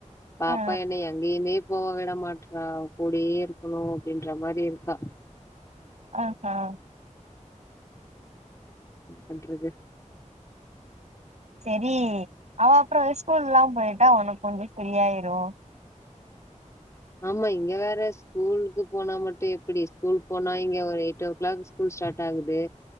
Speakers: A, on the left; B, on the right.
A: பாப்பா
B: ஆ
A: என்ன எங்கேயுமே போவ விட மாட்றா கூடயே இருக்கணு அப்டின்ற மாரி இருக்கா
B: அ ஆ
A: இன்ன பண்றது
B: செரி அவ அப்புறம் ஸ்கூல்லாம் போயிட்டா உனக்கு கொஞ்சோ சரியாயிரும்
A: ஆமா இங்க வேற ஸ்கூலுக்கு போனா மட்டும் எப்பிடி ஸ்கூல் போனா இங்க ஒரு eight o'clock school start ஆகுது